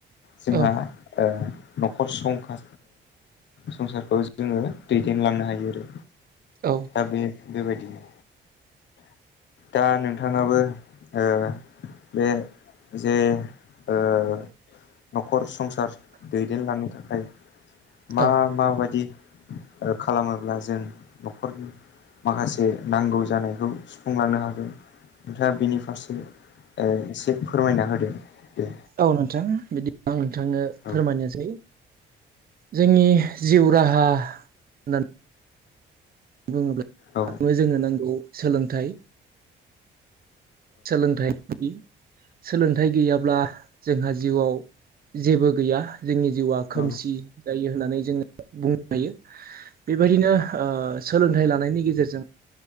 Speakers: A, on the left; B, on the right.
A: जोंहा
B: औ
A: ओ न'खर संखा संसारखौ जोङो दैदेनलांनो हायो आरो
B: औ
A: दा बे बेबायदिनो दा नोंथाङाबो ओ बे जे ओ न'खर संसार दैदेनलांनो थाखाय मा
B: औ
A: माबायदि खालामोब्ला जों न'खरनि माखासे नांगौ जानायखौ सुफुंलांनो हागोन नोंथाङा बेनि फारसे एसे फोरमायना होदो‌ दे
B: औ नोंथां बिदि आं नोंथांनो
A: औ
B: फोरमायनोसै जोंनि जिउ राहा होननानै बुङोब्लानो
A: औ
B: जोंनो नांगौ सोलोंथाइ सोलोंथाइ बि सोलोंथाइ गैयाब्ला जोंहा जिउआव जेबो गैया जोंनि जिउआ खोमसि
A: औ
B: जायो होननानै जोङो बुंनो हायो बेबायदिनो ओ सोलोंथाइ लानायनि गेजेरजों